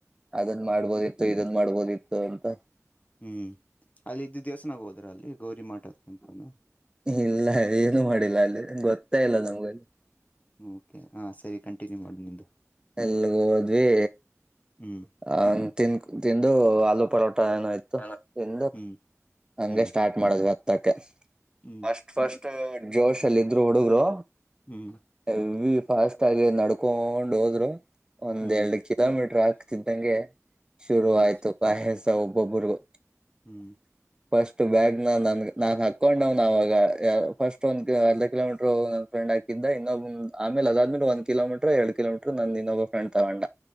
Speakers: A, on the right; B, on the left.
A: ಅದನ್ ಮಾಡ್ಬೋದಿತ್ತು, ಇದ ಮಾಡ್ಬೋದಿತ್ತು ಅಂತ.
B: ಹ್ಮ್, ಅಲ್ಲಿ ಇದ್ದ ದೇವಸ್ತಾನಗ ಹೋದ್ರ, ಅಲ್ಲಿ ಗೌರಿ ಮಾಟದ ತೆಂಪನು.
A: ಇಲ್ಲ ಏನು ಮಾಡಿಲ್ಲ ಅಲ್ಲಿ. ಗೊತ್ತೇ ಇಲ್ಲ, ನಮ್ಗಲ್ಲಿ.
B: ಓಕೆ, ಹಾ ಸರಿ, ಕಂಟಿನ್ಯೂ ಮಾಡು ನಿಂದು.
A: ಎಲ್ಗ್ ಹೋದ್ವಿ
B: ಹ್ಮ್
A: ಆಂ ತಿನ್, ತಿಂದು ಆಲೂ ಪರೋಟ ಊಟ ಏನ ಆಯ್ತು?
B: ಹಾ
A: ನಿನ್ದು?
B: ಹ್ಮ್
A: ಹಂಗೆ
B: ಹ್ಮ್
A: ಸ್ಟಾರ್ಟ್ ಮಾಡ ಅದು <unintelligible> ಹತ್ತಕ್ಕೆ.
B: ಹ್ಮ್
A: ಫಸ್ಟ್ ಫಸ್ಟ್ <unintelligible> ಜೋಶ್ ಅಲ್ಲಿ ಇದ್ರು ಹುಡುಗ್ರು
B: ಹ್ಮ್
A: ಹೆವಿ ಫಾಸ್ಟ್ ಆಗ <unintelligible> ನಡ್ಕೋಂಡ್ ಹೋದ್ರು. ಒಂದ್
B: ಹ್ಮ್
A: ಎರಡು ಕಿಲೋಮೀಟರ್ ಆಗ್ತಿದಂಗೆ, ಶುರು
B: ಹ್ಮ್
A: ಆಯ್ತು, ಪಾಯ <unintelligible> ಒಬ್ಬೊಬ್ಬರಿಗು
B: ಹ್ಮ್
A: ಫಸ್ಟ್ ಬ್ಯಾಗ್ನ್ ನನಗ್ ನಾನ್ ಹಾಕೊಂಡ್ವ್ನ ಅವಾಗ, ಫಸ್ಟ್ ಒಂದ ಅರ್ಧ ಕಿಲೋಮೀಟರ್ ನನ್ ಫ್ರೆಂಡ್ ಹಾಕಿದ್ದ, ಇನ್ನೊಬ್ ಆಮೇಲೆ ಅದಾದ್ಮಲೆ ಒಂದ ಕಿಲೋಮೀಟ್ರ ಎರಡ್ ಕಿಲೋಮೀಟರ್ ನನ್ದ ಇನ್ನೊಬ್ಬ ಫೆಂಡ್ ತಗೊಂಡ.